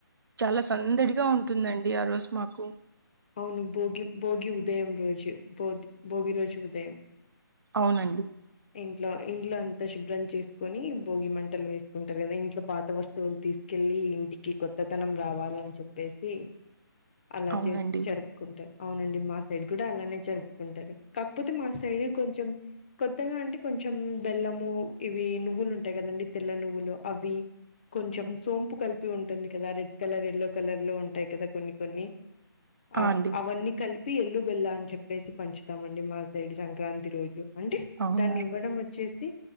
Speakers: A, on the right (about 65°); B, on the left (about 25°).
A: చాలా సందడిగా ఉంటుందండి ఆ రోజు మాకు
B: అవును భోగి భోగి ఉదయం రోజు భోది భోగి రోజు ఉదయం
A: అవునండి
B: ఇంట్లో ఇంట్లో అంత శుభ్రం చేసుకొని భోగి మంటలు వేసుకుంటారు కదా ఇంట్లో పాత వస్తువులు తీసుకెళ్ళి ఇంటికి కొత్తతనం రావాలని చెప్పేసి అలా
A: అవునండి
B: చేసి జరుపుకుంటయి అవునండి మా సైడ్ కూడా అలానే జరుపుకుంటారు కాకపోతే మా సైడ్ కొంచెం కొత్ కోత్తగా అంటే కొంచెం బెల్లము ఇవి నువ్వులు ఉంటాయి కదండి తెల్ల నువ్వులు అవి కొంచెం సోంపు కలిపి ఉంటుంది కదా రెడ్ కలర్ ఎల్లో కలర్ లో ఉంటాయి కదా కొన్ని కొన్ని
A: ఆ
B: అ
A: అండి
B: అవన్నీ కలిపి పి ఎల్లు బెల్లా అని చెప్పేసి పంచుతామ అండి మా సైడ్ సంక్రాంతి రోజు అం
A: అవునా
B: దాన్ని ఇవ్వడం వచ్చేసి